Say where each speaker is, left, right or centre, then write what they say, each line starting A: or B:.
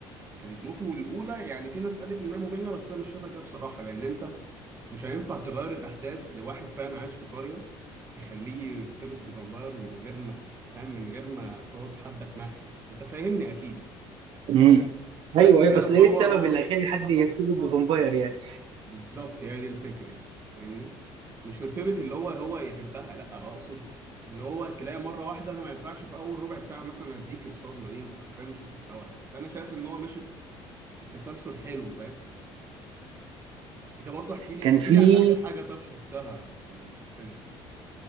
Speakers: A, on the right (about 25°); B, on the right (about 60°).
A: كانت موت والاولى يعني في ناس قالت انها ممله بس انا مش شايفها كده بصراحه لان انت مش هينفع تغير الاحداث لواحد فاهم عايش في قريه تخليه يرتبط بفامباير من غير ما فاهم من غير ما تقعد حبه تمهد انت فاهمني اكيد
B: أمم،
A: بس
B: ايوه ايوه
A: كده
B: اصل
A: فهو
B: ايه السبب
A: هو
B: اللي خلى حد يرتبط بفامباير يعني
A: بالظبط هي دي الفكرة يعني فاهمني مش يرتبط اللي هو هو يحبها لا اقصد اللي هو تلاقي مرة واحدة انا ما ينفعش في اول ربع ساعة مثلا اديك الصدمة دي انت حرفيا مش هتستوعب فانا شايف ان هو ماشي بالتسلسل حلو فاهم انت برضو احكي لي
B: كان
A: احكي
B: في
A: لي عن اخر حاجة طب شفتها في ال... في السينما